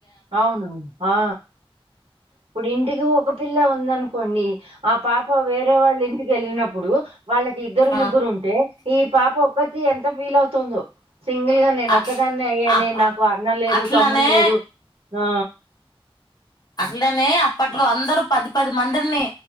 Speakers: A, on the right; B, on the left.
A: అవును ఆ ఇప్పుడు ఇంటికి ఒక పిల్ల ఉందను అనుకోండి ఆ పాప వేరే వాళ్ళ ఇంటికి వెళ్ళినప్పుడు వాళ్ళకి ఇద్దరు
B: ఆ
A: ముగ్గురు ఉంటే ఈ పాప ఒక అది ఎంత ఫీల్ అవుతుందో సింగిల్ గా నేను
B: అట్
A: ఒక్కదాన్నే అయ్యానే
B: అప్
A: నాకు అన్నల్ లేరు
B: అట్లనే
A: తమ్ముళ్ళు లేరు ఆ
B: అసలుదని అప్పట్లో అందరుూ పది పది మందిరిని